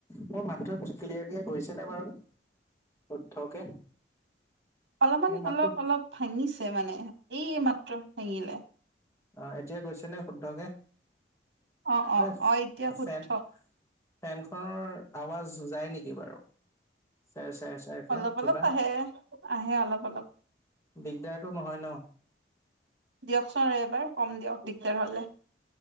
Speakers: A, on the left (about 15°); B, on the right (about 80°).
A: মোৰ মাত্ৰ ক্লিয়াৰক গৈছে নে বাৰু শুদ্ধকে।
B: অলপমান
A: মোৰ মাতটো
B: অলপ অলপ ভাঙিছে মানে। এই মাত ভেঙিলে।
A: অ এতিয়া গৈছে নে শুদ্ধকে।
B: অ অ
A: এই
B: অ এতিয়া শুদ্ধ
A: ফেন ফেনখনৰ আৱাজ যায় নেকি বাৰু চ চ চাই চে
B: অলপ
A: কিবা
B: অলপ আহে আহে অলপ অলপ
A: দিগদাৰটো নহয় ন
B: দিয়কচোন এবাৰ কম দিয়ক দিগদাৰ হলে